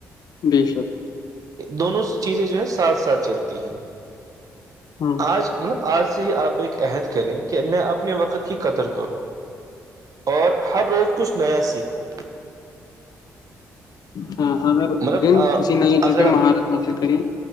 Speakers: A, on the left; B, on the right.
A: بے شک
B: دونوں چیزیں جو ہیں ساتھ ساتھ چلتی ہیں
A: ہاں
B: آج مطلب آج سے ہی آپ عہد کریں کہ میں اپنے وقت کی قدر کروں اور ہر روز کچھ نیا سیکھوں
A: ہاں اگر
B: مطلب
A: دن کسی نئے چیز
B: اگر
A: پہ مہارت حاصل کریں